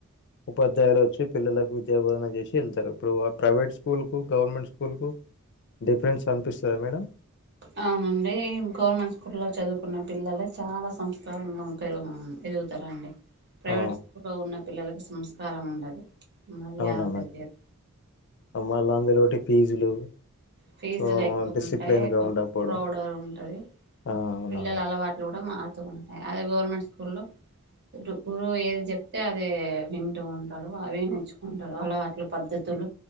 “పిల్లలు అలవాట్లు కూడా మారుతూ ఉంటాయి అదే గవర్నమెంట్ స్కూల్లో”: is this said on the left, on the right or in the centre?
Right